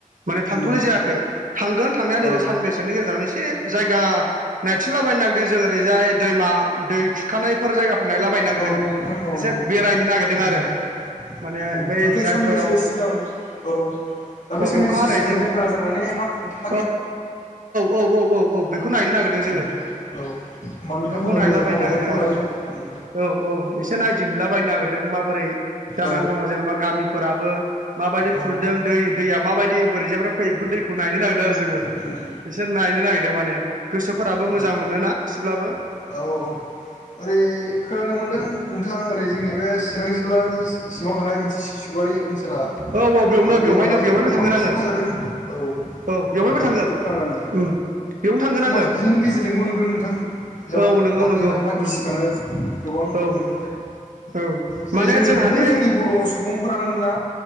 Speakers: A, on the right; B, on the left.
A: माने थांथ'नाय
B: उम
A: जायाखै थांगोन थांनाया नैबे
B: औ
A: साननैसोनि गेजेरावनो एसे। जायगा नायथिनलाबायनो नागिरदों जों ओरैजाय दैमा दै खुरखानायफोर जायगाफोर नायलाबाय। नागिरदों
B: औ नोंथां औ
A: एसे बेरायनो नागिरदों
B: उम
A: आरो। माने
B: उम दाख्लै
A: बै जायफोराव
B: साननैसो सिगां औ दाख्लै
A: औ
B: साननैसो
A: अखा हानायजों
B: सिगां दैबाना जानानै हा खुरखा।
A: औ औ औ औ औ औ औ बेखौ नायनो नागिरदों जोङो
B: उम औ होमबा नोंथांमोना
A: बेफोरखौ नायलाबायनो
B: मोजां हाबाफारिखौ
A: नागिरदों आरो
B: लादों उम
A: औ औ। एसे नायदिंहैलाबायनो नागिरदों माबोरै जानानै
B: औ
A: दङ जेनेबा गामिफोराबो। माबायदि
B: औ
A: खुरदों दै दैया माबायदि बोरैजायनिफ्राय फैयो बेफोर दैखौ नायनो नागिरदों‌ दोर जोङो
B: उम
A: बिसोर नायनो नागिरदों माने गोसोफोराबो
B: औ
A: मोजां
B: औ
A: मोनोना एसेब्लाबो‌
B: औ औ। ओरै खोनानो मोन्दों नोंथा ओरै जोंनि बे चिरां जिल्लानि सिङाव थानाय मोनसे सिसुवारि ओनसोला
A: औ। बेयावनो
B: दैबानाजोंनो
A: बेवहायनो बेवहायबो
B: गोबां
A: थांगोन आङो
B: खुरखाादों औ
A: औ बेवहायबो
B: होननायखौ
A: थांगोन
B: खोनादों आङो।
A: उम बेयावनो थांगोन
B: समाज
A: आङो
B: बिजोंनि गेजेरजोंबो नुदों नोंथां बेयाव
A: औ नंगौ
B: दाख्लैहाय
A: नंगौ
B: हा
A: उम
B: गिसिखानाय।
A: उम
B: गोबांनो
A: औ औ।
B: जेरै
A: माने
B: जोंनो
A: जोंहानि
B: बेफोरो जोंनि बर' सुबुंफोरानोमोनना?